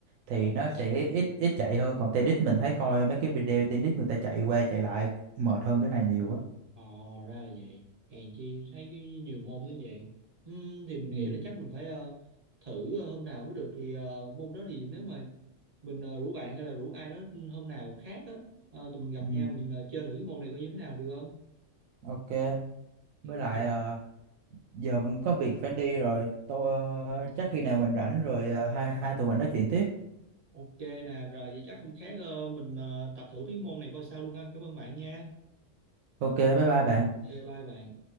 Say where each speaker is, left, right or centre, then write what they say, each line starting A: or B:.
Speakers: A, on the right; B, on the right.
A: thì
B: ồ
A: nó sẽ ít ít chạy hơn còn tennis mình thấy coi mấy cái video tennis người ta chạy qua chạy lại mệt hơn cái này nhiều á
B: Ờ, ra là vậy. Hèn chi thấy cái nhiều môn đến vậy. Ừm, thì mình nghĩ
A: ừ.
B: là chắc mình phải ờ, thử ờ, hôm nào mới được. Thì ờ, môn đó thì nếu mà mình ờ, rủ bạn hay là rủ ai đó ừ, hôm nào khác á, ờ, tụi mình gặp
A: Ừ,
B: nhau mình ờ, chơi thử cái môn này coi như thế nào được không?
A: ok
B: Ừm,
A: với lại
B: ki-
A: ờ, giờ mình có việc phải đi rồi tôi ờ, chắc khi nào mình rảnh rồi ờ, hai hai tụi mình nói chuyện tiếp
B: ok nè, rồi vậy chắc không khác ờ, mình ờ, tập thử mấy cái môn này coi sao luôn ha. Cảm ơn bạn nha.
A: ok bye bye bạn
B: Ok, bye bạn.